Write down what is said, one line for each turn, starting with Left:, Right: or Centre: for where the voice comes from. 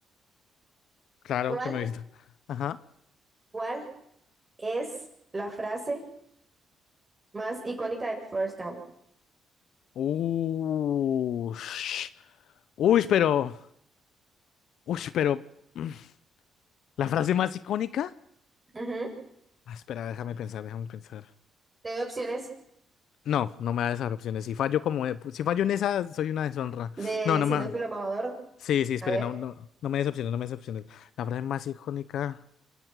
Left: claro
Right: ¿Cuál,
Left: que me he visto. <laughs> Ajá.
Right: cuál es la frase más icónica de Forrest Gump?
Left: Ush. Uy, pero. Uy, pero. <clears throat> mm, ¿La frase más icónica?
Right: Ujú.
Left: Ah, espera, déjame pensar, déjame pensar.
Right: Te doy opciones
Left: No, no me da esas opciones. Si fallo como. de- Si fallo en esa, soy una deshonra.
Right: de
Left: No, no
Right: sinófilo
Left: me.
Right: mamador.
Left: Sí, sí, espere,
Right: A ver.
Left: no, no, no me des opciones, no me des opciones. La frase más icónica.